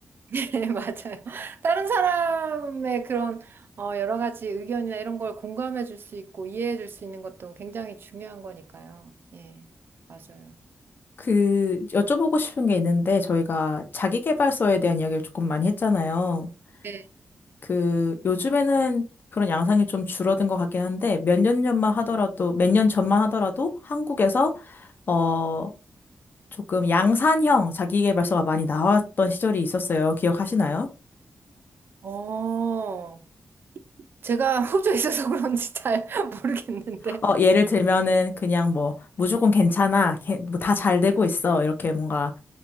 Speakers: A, on the right; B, on the left.
A: <laughs> 네, 맞아요. 다른 사람의 그런 어, 여러 가지 의견이나 이런 걸 공감해 줄 수 있고 이해해 줄 수 있는 것도 굉장히 중요한 거니까요. 예, 맞아요.
B: 그 여쭤보고 싶은 게 있는데 저희가 자기계발서에 대한 이야기를 조금 많이 했잖아요.
A: 네.
B: 그 요즘에는 그런 양상이 좀 줄어든 것 같긴 한데 몇 년 전만 하더라도 몇 년 전만 하더라도 한국에서 어 조금 양산형 자기계발서가 많이 나왔던 시절이 있었어요. 기억하시나요?
A: 어, 제가 <laughs> 호주에 있어서 그런지 잘 <laughs> 모르겠는데.
B: 어 예를 들면은 그냥 뭐 무조건 괜찮아, 다 잘 되고 있어 이렇게 뭔가